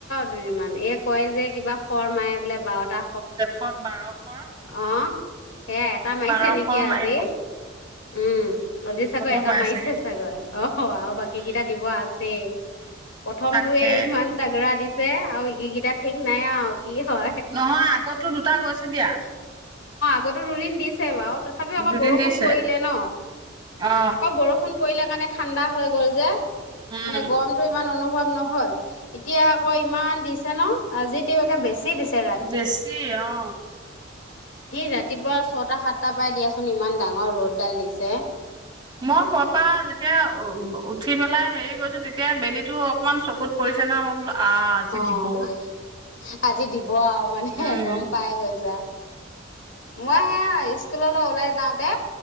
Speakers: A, on the left; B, on the right.
A: দুমান, এই কয় যে কিবা খৰ মায়ে বোলে বাওটা
B: জেঠত বাৰস
A: আহ সেয়া এটা মাৰিছে
B: বাৰশৰ
A: নেকি,
B: মাৰিব
A: আজি। উম। অজিত চাগৈ
B: হ'ব
A: এটা
B: পাৰে
A: মাৰিছে
B: চাগে
A: চাগৈ, অ আৰু বাকী
B: উম।
A: কেইটা দিব আছেই। প্ৰথমটোয়ে
B: তাকে
A: ইমান তাগৰা দিছে আৰুকেইটা ঠিক নাই আৰু কি হয়
B: নহয় আগতো দুটা গৈছে দিয়া।
A: আগো ৰুৰিণ দিছে বাৰু তথাপি আকৌ
B: দুদিন
A: বৰষুণ
B: দিছে
A: পৰিলে ন?
B: অ
A: আকৌ বৰষুণ পৰিলে সেইকাৰণে ঠাণ্ডা হৈ গ'ল যে।
B: উম
A: মানে গৰমটো ইমান অনুভৱ ন'হল। এতিয়া আকৌ ইমান দিছে ন? আজি তেয়ো একে বেছি দিছে
B: বেছিয়েই অ
A: সেই ৰাতিপুৱা ছটা, সাতটা পাই দিয়াচোন ইমান ডাঙৰ ৰ'দডাল দিছে।
B: মই শুৱাৰ পৰা যেতিয়া উ-উঠি পেলাই হেৰি গৈছো তেতিয়া বেলিতো অকনমান চকুত পৰিছে নহয় মই বোলো আহ আজি
A: অ',
B: দিব
A: আজি দিব আৰু মানে
B: উম
A: গম পাই গৈছা মই সেয়া স্কুললৈ ওলাই যাওঁতে